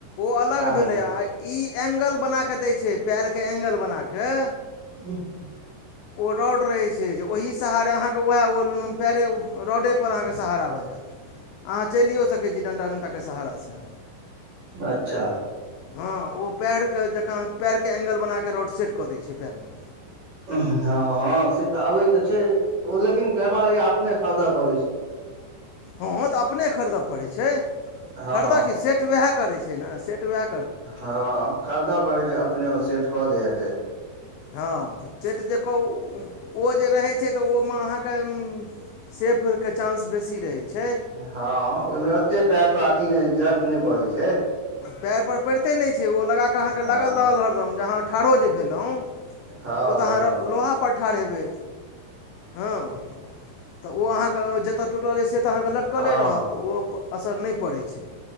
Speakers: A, on the left; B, on the right.
A: ओ अलग
B: टांग
A: भेलै।
B: मे
A: आ ई ए्ंगल बना कऽ दै छै, पएरके ए्ंगल बना कऽ
B: हं।
A: ओ रोड रहे छै जे ओहि सहारे अहाँके वैह ओ अं पैरे, रोडे ऊपर अहाँके सहारा भऽ जायत। अहाँ चलियो सकै छी डण्टा-उण्टाके सहारासे।
B: अच्छा।
A: हँ ओ पैरके जकां, पैरके ए्ंगल बना कऽ रोड सेट कऽ दै छै पैरमे।
B: हँ, हँ, से तऽ अबै तऽ छै। ओ लेकिन दवाई या अपने खरीदय पड़ै छै।
A: हँ तऽ अपने खरीदय पड़ैत छै।
B: हँ
A: खरीदय कि सेट वैह करैत छै ने सेट वैह
B: हँ खरीदऽ पड़ै छै अपने ओ सेट कऽ देत।
A: हँ तऽ सेट जे क ऊं ऊं ओ जे रहै छै तऽ ओहिमे अहाँके ऊं ऊं सेफके चान्स बेसी रहै छै।
B: हँ ओइमे ओतेक पाइप अथी नै जर्क नै पड़ै छै।
A: पएर पर परिते नै छै, ओ लगा क अहाँके
B: हँ
A: लागल रहल हरदम जे, अहाँ ठाढ़ो जे भेलहुँ
B: हँ
A: ओ त अहाँ लोहा पर ठाढ़ हेबै, हँ। त ओ अहाँके जत टूटल ऐछ से त अहाँके लटकले
B: हँ
A: रहत त ओ असर नै परै छै।